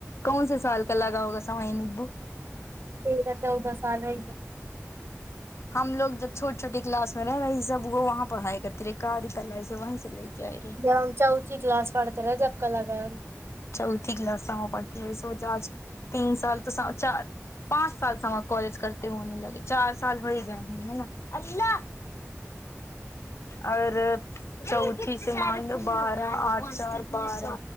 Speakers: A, on the left; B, on the right.
A: کون سے سال کا لگا ہوگا ساۓ ابو
B: تیرا چودہ سال ہے کیا
A: ہم لوگ جب چھوٹی چھوٹی کلاس میں وہی سب وہ وہاں پڑھائی کرتی رہے کار کا لائسنس وہیں سے لے کے آئے ہے
B: یا انچاؤ چ گلاس پڑتا رہا جب کا لگا
A: چوتوی کلاس سے پڑتے ہوئے سوچا آج تین سال تو سو چار پانچ سال سے ہم کالج کرتے ہونے لگے چار سال تو ہو ہی گئے ہیں نا اور چوتھی سیمانڈ بارہ آچار بارہ